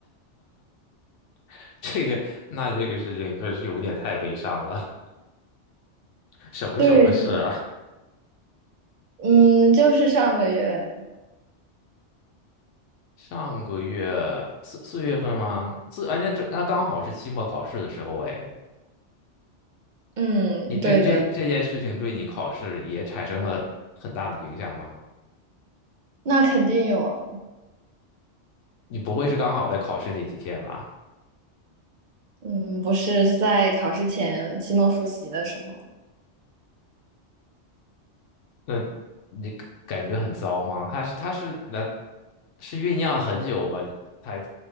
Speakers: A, on the left; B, on the right.
A: <laughs> 这个那这个事情可是有点太悲伤了，<laughs> 什么时候的事啊？
B: 对，嗯，就是上个月，
A: 上个月四四月份吗？四，而且这那刚好是期末考试的时候，哎，
B: 嗯，
A: 你这这这件事情对你考试也产生了很大的影响吗？
B: 对的，那肯定有啊，
A: 你不会是刚好在考试那几天吧？
B: 嗯，不是在考试前期末复习的时候，
A: 那你感感觉很糟吗？他是他是那是酝酿了很久吗？才